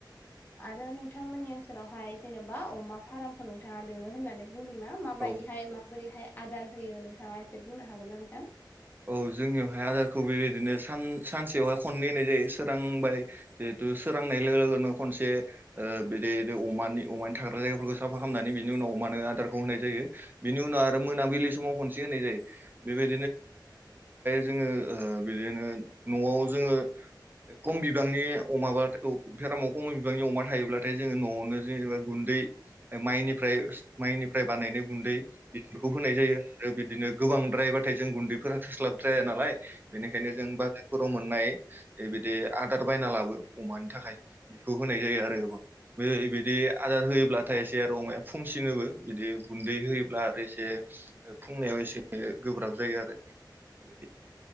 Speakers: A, on the left (about 25°); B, on the right (about 25°).
A: आरो नोंथांमोननि ओनसोलावहाय जेन'बा अमा फार्मखौ नोंथाङा दङो होननानै बुंदों ना माबायदिहाय
B: औ
A: माबोरैहाय आदार होयो नोंथाङा एसे बुंनो हागोन ना नोंथां
B: औ जोंनियावहाय आदारखौ बेबायदिनो सान सानसेयावहाय खननै होनाय जायो सोरांबाय जिहेतु सोरांनाय लोगो लोगोनो खनसे बे अमानि अमानि थाग्रा जायगाफोरखौ साफा खालामनानै बिनि उनाव अमानो आदारखौ होनाय जायो बिनि उनाव आरो मोनाबिलि समाव खनसे होनाय जायो बेबाय जोङो ओ बिदिनो न'आव जोङो खम बिबांनि अमाब्लाथाय बेरामाव खम बिबांनि अमा थायोब्लाथाय जोङो न'आवनो जेनेबा गुन्दै माइनिफ्राय माइनिफ्राय बानायनो गुन्दै बेफोरखौ होनाय जायो आरो बिदिनो गोबां द्राइभा थाय जों गुन्दैफोरा थोस्लाब द्राया नालाय बेनिखायनो जों बाजारफोराव मोननाय दे बिदि आदार बायना लाबो अमानि थाखाय बेखौ होनाय जायो आरो बै बिदि आदार होयोब्लाथाय एसे आरो अमायाबो फुंसिनोबो बिदि गुन्दै होयोब्ला आरो एसे फुंनायाव एसे गोब्राब जायो आरो <unintelligible>